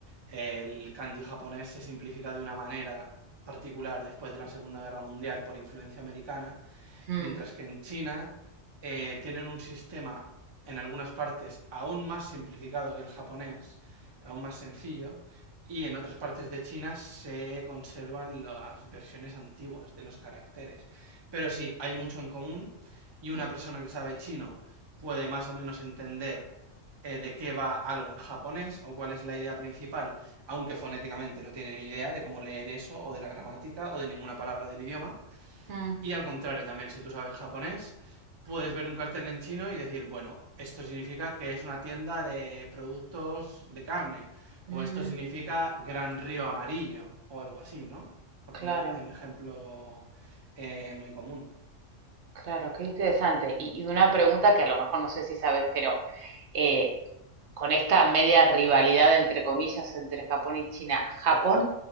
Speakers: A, on the right; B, on the right.
A: el kanji japonés se simplifica de una manera particular después de la Segunda Guerra Mundial por influencia americana
B: Mm,
A: mientras que en China eh, tienen un sistema en algunas partes aún más simplificado que el japonés, aún más sencillo, y en otras partes de China se conservan las versiones antiguas de los caracteres. Pero sí, hay mucho en común y una
B: mm,
A: persona que sabe chino puede más o menos entender eh, de qué va algo en japonés o cuál es la idea principal, aunque fonéticamente no tiene ni idea de cómo leer eso o de la gramática o de ninguna palabra del idioma.
B: mm,
A: Y al contrario también, si tú sabes japonés, puedes ver un cartel en chino y decir, bueno, esto significa que es una tienda de productos de carne, o
B: mm.
A: esto significa Gran Río Amarillo, o algo así, ¿no? Por ponerte
B: Claro,
A: un ejemplo eh, muy común.
B: claro, qué interesante. Y, y una pregunta que a lo mejor no sé si sabes, pero eh, con esta media rivalidad, entre comillas, entre Japón y China, ¿Japón